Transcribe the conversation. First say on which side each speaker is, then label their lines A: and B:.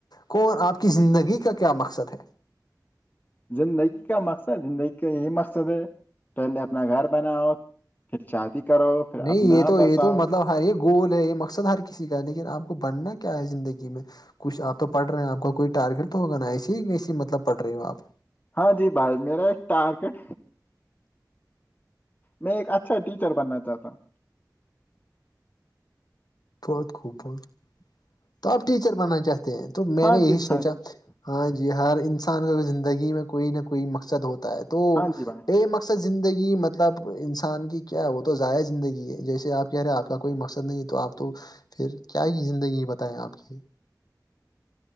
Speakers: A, on the left (about 65°); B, on the left (about 25°).
A: کون آپ کی زندگی کا کیا مقصد ہے
B: زندگی کا مقصد زندگی کا یہی مقصد ہے پہلے اپنا گھر بناؤ پھر شاہادی کرو پھر
A: نہیں
B: اپنا
A: یہ تو
B: بساؤ
A: یہ تو مطلب ہاں یہ گول ہے یہ مقصد ہر کسی کا ہے لیکن آپ کو بننا کیا ہے زندگی میں کچھ آپ تو پڑ رہے ہیں آپ کا کوئی ٹارگیٹ توگا نا ایسے ہی ایسی مطلب پڑھ رہی ہو آپ
B: ہاں جی بھائی میرا ایک ٹارگیٹ میں ایک اچھا ٹیچر بننا چاہتا ہوں
A: بہت خوب بہت تو آپ ٹیچر بننا چاہتے ہیں تو میں
B: ہاں
A: نے یہی
B: جی
A: سوچا
B: بھائی
A: ہاں جی ہر انسان کا اگر زندگی میں کوئی نہ کوئی مقصد ہوتا ہے تو
B: ہاں جی بھائی
A: بے مقص م زندگی مطلب انسان کی کیا ہے وہ تو ضائع زندگی ہے جیسے آپ کہہ رہے ہیں آپ کا کوئی مقصد نہیں تو آپ تو پھر کیا زندگی بتائیں آپ یہ